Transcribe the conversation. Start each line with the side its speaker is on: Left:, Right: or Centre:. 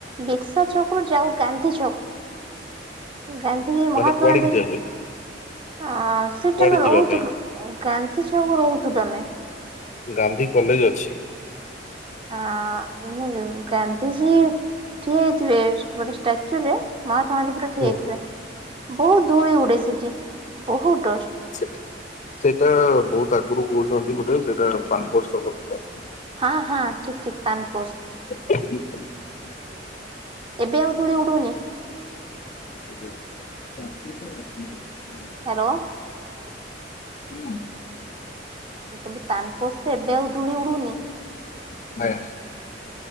Right: ବିର୍ସା ଛକରୁୁ ଯାଉ ଗାନ୍ଧୀ ଛକ ଗାନ୍ଧୀ ମହାତ୍ମା
Left: ମାନେ କୁଆଡିକି
Right: ଗାନ୍ଧୀ।
Left: ଯିବା ପାଇଁ?
Right: ଆ ସେଇଠି
Left: କୁଆଡେ
Right: ଆମେ ରହୁଥିଲୁ
Left: ଯିବା ପାଇଁ
Right: ଗାନ୍ଧି ଛକ ରହୁଥିଲୁ ଆମେ।
Left: ଗାନ୍ଧୀ କଲେଜ ଅଛି।
Right: ଆଁ ଗାନ୍ଧିଜୀ ଠିଆ ହେଇଥିବେ ଗୋଟେ ଷ୍ଟାଚୁ ରେ ମା <unintelligible> ପୁରା
Left: ଅଛି।
Right: ଠିଆ ହେଇଥିବେ ବହୁତ ଧୂଳି ଉଡେ ସେଠି। ବହୁତ ଡଷ୍ଟ
Left: ସେଇଟା ବହୁତ୍ ଆଗରୁ କହୁଛନ୍ତି ବୋଧ ସେଇଟା ପାନ <unintelligible> ଛକ ଥିଲା।
Right: ହଁ ହଁ ଠିକ ଠିକ ପାନପୋସ୍
Left: <unintelligible>
Right: ଏବେ ଆଉ ଧୂଳି ଉଡୁନି?
Left: ଏବେ <unintelligible>
Right: ହ୍ୟାଲୋ।
Left: ହୁଁ।
Right: ମୁ କହିଲି ପାନପୋସ୍ ରେ ଏବେ ଆଉ ଧୂଳି ଉଡୁନି?
Left: <unintelligible>